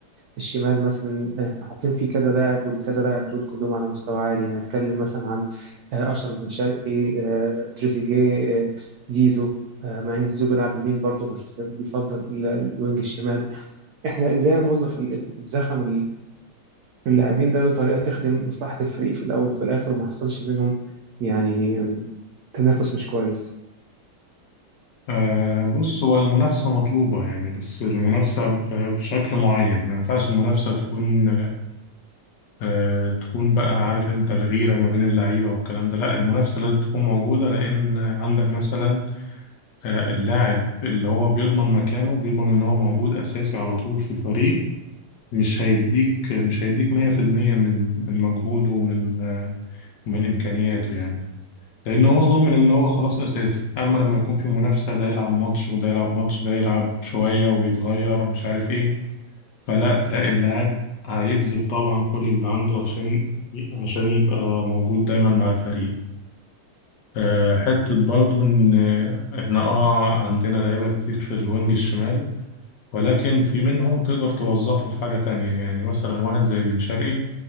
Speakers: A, on the right (about 90°); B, on the left (about 65°).
A: الشمال مثلا احنا حاطين فيه كذا لاعب والكذا لاعب دول كلهم على مستوى عالي يعني هتكلم مثلا عن آه، أشرف بن شرقي آه، تريزيجيه آه، زيزو آه، مع إن زيزو بيلعب يمين برضو بس بيفضل ال- الوينج الشمال احنا إزاي هنوظف ال- ال- الزخم اللاعبين ده بطريقة تخدم مصلحة الفريق في الأول وفي الآخر وما حصلش بينهم يعني تنافس مش كويس
B: آه بص هو المنافسة مطلوبة يعني بس المنافسة ب- بشكل معين ما ينفعش المنافسة تكون آه تكون بقى عارف انت الغيرة ما بين اللعيبة والكلام ده لا المنافسة لازم تكون موجودة لأن عندك مثلا آه اللاعب اللي هو بيضمن مكانه بيضمن ان هو موجود أساسي على طول في الفريق مش هيديك مش هيديك 100% من من مجهوده ومن آه ومن إمكانياته يعني لأن هو ضامن إن هو خلاص أساسي أما لما يكون في منافسة ده يلعب ماتش وده يلعب ماتش ده يلعب شوية ويتغير مش عارف إيه فلا تلاقي اللاعب هيبذل طبعا كل اللي عنده عشان عشان يبقى موجود دايما مع الفريق آه، حتة برضو إن إحنا آه عندنا لعيبة كتير في الوينج الشمال ولكن في منهم تقدر توظفه في حاجة تانية يعني مثلا واحد زي بن شرقي